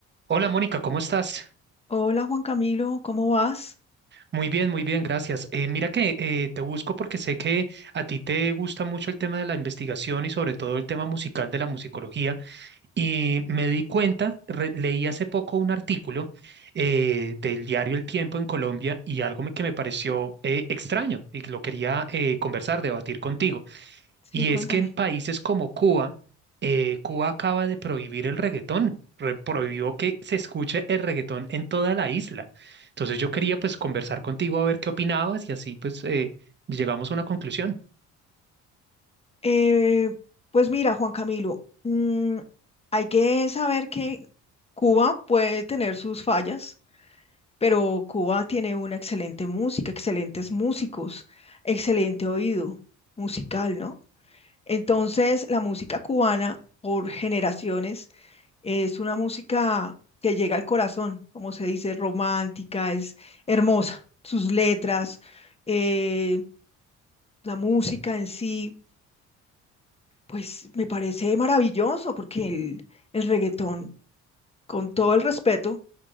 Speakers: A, on the right (about 35°); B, on the left (about 20°).
A: Hola Mónica, ¿cómo estás?
B: Hola Juan Camilo, ¿cómo vas?
A: Muy bien, muy bien, gracias. Eh, mira que eh, te busco porque sé que a ti te gusta mucho el tema de la investigación y sobre todo el tema musical de la musicología. Y me di cuenta, re- leí hace poco un artículo eh, del diario El Tiempo en Colombia y algo me- que me pareció eh, extraño y que lo quería eh, conversar, debatir contigo.
B: Sí,
A: Y
B: cuéntame.
A: es que en países como Cuba, eh, Cuba acaba de prohibir el reggaetón, re- prohibió que se escuche el reggaetón en toda la isla. Entonces yo quería pues conversar contigo a ver qué opinabas y así pues eh, llegamos a una conclusión.
B: Eh, pues mira, Juan Camilo, mm, hay que saber que Cuba puede tener sus fallas, pero Cuba tiene una excelente música, excelentes músicos, excelente oído musical, ¿no? Entonces, la música cubana, por generaciones, es una música que llega al corazón, como se dice, romántica, es hermosa. Sus letras. eh, la música en sí, pues me parece maravilloso porque el, el reggaetón, con todo el respeto,